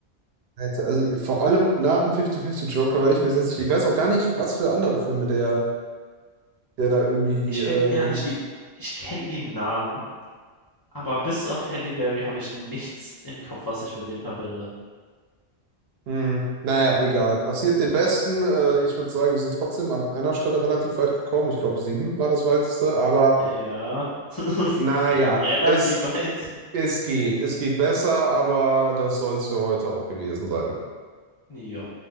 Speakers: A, on the right (about 70°); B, on the left (about 30°).
A: Also also vor allem nach dem 50-50 Joker war ich mir sehr sicher. Ich weiß auch gar nicht, was für andere Filme der, der da irgendwie
B: Ich
A: äh,
B: bin ehrlich,
A: gemacht
B: die,
A: hat.
B: ich kenne die Namen. Aber bis auf Halle Berry habe ich nichts im Kopf, was ich mit denen verbinde.
A: Hm. Naja, egal. Passiert den Besten. Äh, ich würde sagen, wir sind trotzdem an einer Stelle relativ weit gekommen. Ich glaube, sieben war das weiteste. Aber
B: Ja, <laughs>
A: naja,
B: also relativ
A: es,
B: weit.
A: es geht. Es geht besser, aber das soll es für heute auch gewesen sein.
B: Ja.